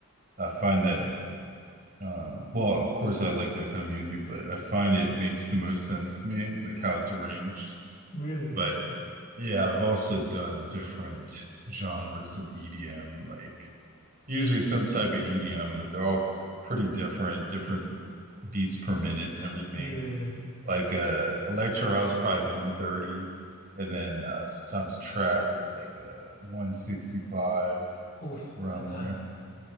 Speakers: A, on the right; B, on the left.
A: I find that Um, well, of course, I like that kind of music, but I find it makes the most sense to me, like how it's arranged.
B: really?
A: But yeah, I've also done different genres of EDM, like usually some type of EDM, but they're all pretty different, different beats per minute and everything.
B: Yeah.
A: Like uh, electro house, probably 130, and then uh, sometimes trap is like uh, 165
B: Oof,
A: around
B: that's high.
A: there.